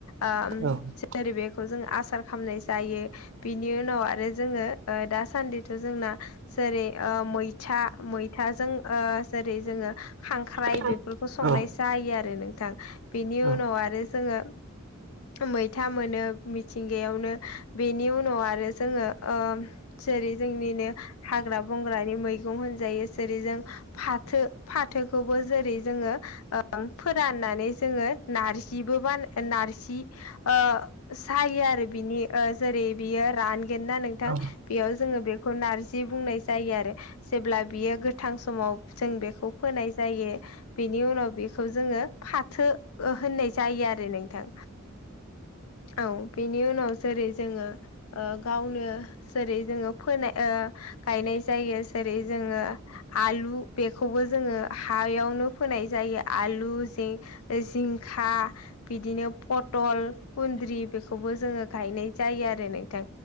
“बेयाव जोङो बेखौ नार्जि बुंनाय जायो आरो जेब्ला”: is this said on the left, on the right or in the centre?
Left